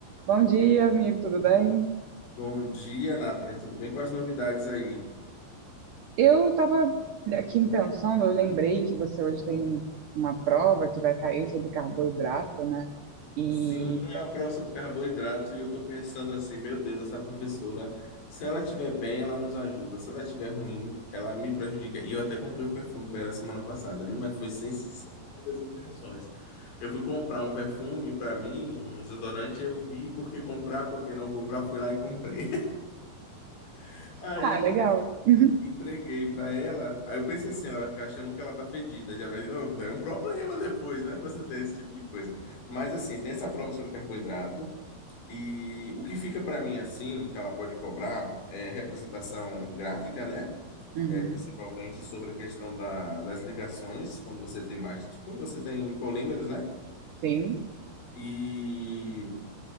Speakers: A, on the right; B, on the left.
A: Bom dia, amigo, tudo bem?
B: Bom dia, Nathalie. Tudo bem? Quais as novidades aí?
A: Eu estava aqui pensando, eu lembrei que você hoje tem uma prova que vai cair sobre carboidrato, né? E.
B: Sim, a prova sobre carboidrato e eu tô pensando assim, meu Deus, essa professora, se ela estiver bem, ela nos ajuda. Se ela estiver ruim, ela me prejudica. E eu até comprei um perfume para ela semana passada, viu? Mas foi sem, sem segundas intenções. Eu fui comprar um perfume para mim, um desodorante, eu vi por que comprar, por que não comprar, fui lá e comprei. <laughs> Aí
A: Ah, legal. <laughs>
B: Entreguei pra ela. Aí eu pensei assim, ela vai ficar achando que ela tá fedida. Já vai, não, é um problema depois, né? Você ter esse tipo de coisa. Mas assim, tem essa prova sobre carboidrato e o que fica pra mim assim, que ela pode cobrar é representação gráfica, né?
A: Uhum,
B: É principalmente sobre a questão da- das ligações, quando você tem mais, quando você tem polímeros, né?
A: sim.
B: E